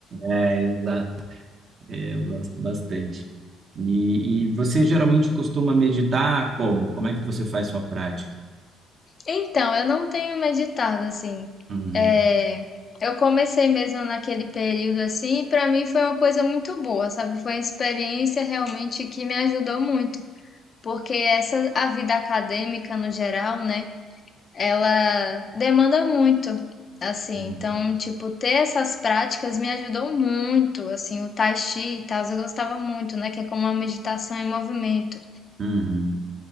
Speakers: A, on the right; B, on the left.
A: É, exato. É, eu gosto bastante. E, e você geralmente costuma meditar como? Como é que você faz sua prática?
B: Então, eu não tenho meditado assim.
A: Uhum,
B: É, eu comecei mesmo naquele período assim, e para mim foi uma coisa muito boa, sabe? Foi uma experiência realmente que me ajudou muito, porque essa a vida acadêmica no geral, né? ela demanda muito, assim.
A: uhum,
B: Então, tipo, ter essas práticas me ajudou muito, assim, o tai chi e tal, eu gostava muito, né, que é como uma meditação em movimento.
A: uhum.